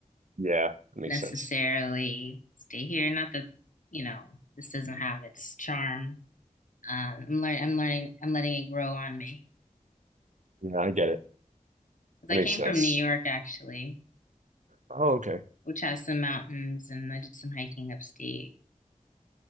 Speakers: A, on the right (about 70°); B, on the left (about 80°).
A: Yeah, that makes
B: necessarily
A: sense.
B: stay here. Not that, you know, this doesn't have its charm. Um, I'm learning, I'm learning, I'm letting it grow on me.
A: Yeah, I get it.
B: 'Cause
A: That
B: I
A: makes
B: came
A: sense.
B: from New York actually,
A: Oh, okay.
B: which has some mountains and I did some hiking upstate.